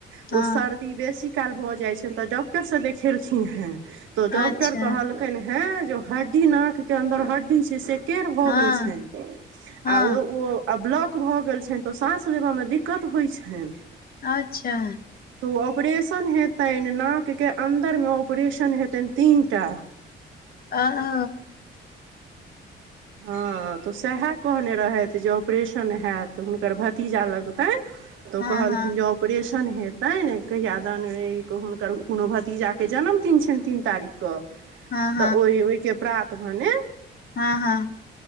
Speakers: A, on the right; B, on the left.
A: ओ
B: हँ
A: सर्दी बेसी काल भऽ जाइत छनि तऽ डॉक्टर सँ देखेलखिन हेँ तो डॉक्टर
B: अच्छा
A: कहलकनि हैं जे ओ हड्डी नाक के अन्दर हड्डी छैय से टेढ़ भऽ
B: हँ
A: गेल छनि
B: हँ
A: आ ओ ओ आ ब्लॉक भऽ गेल छनि तऽ साँस लेबऽमे दिक्कत होइत छनि।
B: अच्छा
A: तऽ ओ ऑपरेशन हेतनि नाकके अन्दरमे ऑपरेशन हेतनि तीन टा
B: आ औ
A: हँ तऽ सेहै कहने रहेथ त जे ऑपरेशन हैत हुनकर भतीजा लगतैं तऽ ओ
B: हँ
A: कहलखिन
B: हँ
A: जे ऑपरेशन शन हेतनि कहियादन हुनकर कोनो भतीजाके जन्मदिन छनि तीन तारीख कऽ
B: हँ
A: तऽ ओहि ओहिके प्रात भने
B: हँ हँ